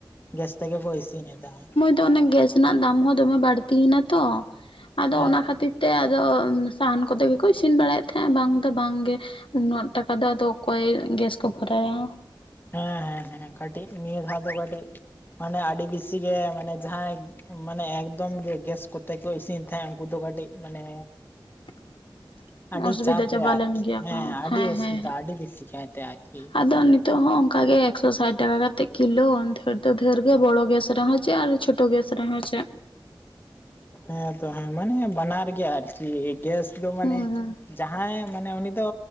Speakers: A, on the left (about 25°); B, on the left (about 85°).
A: ᱜᱮᱥ ᱛᱮᱜᱮ ᱠᱚ ᱤᱥᱤᱱᱮᱫᱟ ᱾
B: ᱛᱚ ᱚᱱᱮ ᱜᱮᱥ ᱨᱮᱱᱟᱜ ᱫᱟᱢ ᱦᱚᱸ ᱫᱚᱢᱮ ᱵᱟᱹᱲᱛᱤᱭᱮᱱᱟ ᱛᱚ,
A: ᱦᱮᱸ
B: ᱟᱫᱚ ᱚᱱᱟ ᱠᱷᱟᱹᱛᱤᱨ ᱛᱮ ᱟᱫᱚ ᱥᱟᱦᱟᱱ ᱠᱚᱛᱮ ᱜᱮᱠᱚ ᱤᱥᱤᱱ ᱵᱟᱲᱟᱭᱮᱜ ᱛᱟᱦᱮᱸᱜ ᱵᱟᱝ ᱫᱚ ᱵᱟᱝ ᱜᱮ᱾ ᱩᱱᱟᱹᱜ ᱴᱟᱠᱟ ᱫᱚ ᱟᱫᱚ ᱚᱠᱚᱭ ᱜᱮᱥ ᱠᱚ ᱵᱷᱚᱨᱟᱭᱟ᱾
A: ᱦᱮᱸ ᱦᱮᱸ ᱦᱮᱸ ᱠᱟᱹᱴᱤᱡ ᱱᱤᱭᱟᱹ ᱫᱷᱟᱣ ᱫᱚ ᱠᱟᱹᱴᱤᱡ ᱢᱟᱱᱮ ᱟᱹᱰᱤ ᱵᱤᱥᱤ ᱜᱮ ᱢᱟᱱᱮ ᱡᱟᱦᱟᱸᱭ ᱢᱟᱱᱮ ᱮᱠᱫᱚᱢ ᱜᱮ ᱜᱮᱥ ᱠᱚᱛᱮ ᱠᱚ ᱤᱥᱤᱱ ᱛᱟᱦᱮᱸ ᱩᱝᱠᱩ ᱫᱚ ᱠᱟᱹᱴᱤᱡ ᱢᱟᱱᱮ
B: <inaudible>
A: ᱟᱹᱰᱤ
B: ᱚᱥᱩᱵᱤᱫᱟ
A: ᱪᱟᱯ
B: ᱪᱟᱵᱟ
A: ᱨᱮ ᱟᱨᱠᱤ
B: ᱞᱮᱢ ᱜᱮᱭᱟ ᱠᱚ,
A: ᱟᱹᱰᱤ
B: ᱦᱮᱸ
A: ᱚᱥᱩᱵᱤᱫᱟ
B: ᱦᱮᱸ ᱦᱮᱸ
A: ᱟᱹᱰᱤ ᱵᱮᱥᱤ ᱠᱟᱭᱛᱮ ᱟᱨᱠᱤ
B: ᱟᱫᱚ ᱱᱤ ᱛᱳᱜ ᱦᱚᱸ ᱚᱱᱠ ᱜᱮ ᱮᱠᱥᱚ ᱥᱟᱴ ᱴᱟᱠᱟ ᱠᱟᱛᱮᱫ ᱠᱤᱞᱳ ᱰᱷᱮᱨ ᱫᱚ ᱰᱷᱮᱨ ᱜᱮ ᱵᱚᱲᱚ ᱜᱮᱥ ᱨᱮᱦᱚᱸ ᱪᱮᱫ ᱟᱨ ᱪᱷ ᱴᱳ ᱜᱮᱥ ᱨᱮᱦᱚᱸ ᱪᱮᱫ᱾
A: ᱦᱮᱸ ᱛᱚ ᱦᱮᱸ ᱢᱟᱱᱮ ᱵᱟᱱᱟᱨ ᱜᱮᱭᱟ ᱟᱨᱠᱤ ᱜᱮᱥ ᱫᱚ ᱢᱟᱱᱮ
B: ᱦᱩᱸ ᱦᱩᱸ
A: ᱡᱟᱦᱟᱸᱭ ᱢᱟᱱᱮ ᱩᱱᱤ ᱫᱚ